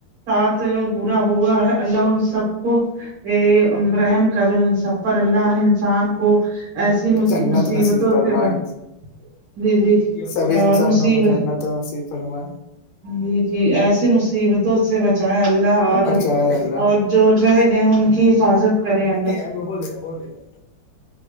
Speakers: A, on the right (about 85°); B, on the left (about 80°).
A: ساتھ برا ہوا ہے اللہ سب کو ا برحم کرے ان سب پر اللہر انسان کو ایسی
B: جنت
A: مصیبتوں
B: نصیب فرمائے
A: سے جی جی
B: سبھی
A: اور
B: انسانوں
A: مصیبت
B: کو جنت نصیب سوا
A: جی جی ایسی مصیبتوں سے بچائائے اللہ اور
B: بچائے اللہ
A: اور جو رہ گئے ان کی حفاظت کریں
B: ج ہم بوودینا بوندینا